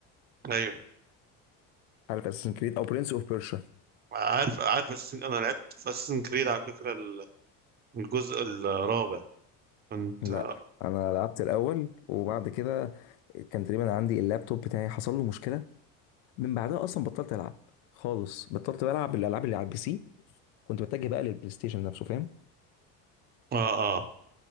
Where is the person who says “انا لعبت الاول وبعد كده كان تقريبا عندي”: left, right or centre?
Left